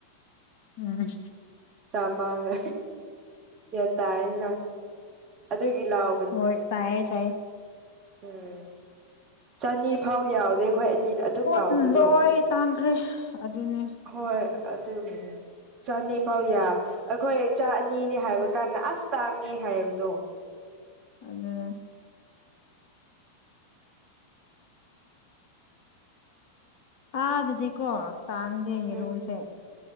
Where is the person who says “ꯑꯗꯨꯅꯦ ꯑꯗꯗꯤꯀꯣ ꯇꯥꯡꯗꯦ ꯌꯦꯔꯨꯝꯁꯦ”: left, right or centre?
Left